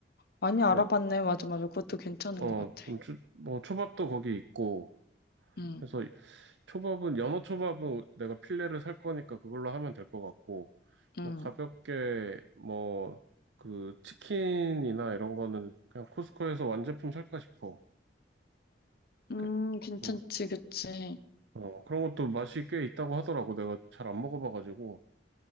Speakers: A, on the left (about 55°); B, on the right (about 75°).
A: 많이 알아봤네.
B: 뭐,
A: 맞아, 맞아. 그것도 괜찮은
B: 어,
A: 것 같아.
B: 좀, 추, 뭐, 초밥도 거기 있고,
A: 응.
B: 해서 초밥은, 연어 초밥은 내가 필레를 살 거니까 그걸로 하면 될 것 같고,
A: 음,
B: 뭐, 가볍게, 뭐, 그, 치킨이나 이런 거는 그냥 코스트코에서 완제품 살까 싶어.
A: 음,
B: 그,
A: 괜찮지,
B: 음.
A: 그치.
B: 어, 그런 것도 맛이 꽤 있다고 하더라고. 내가 잘 안 먹어봐가지고.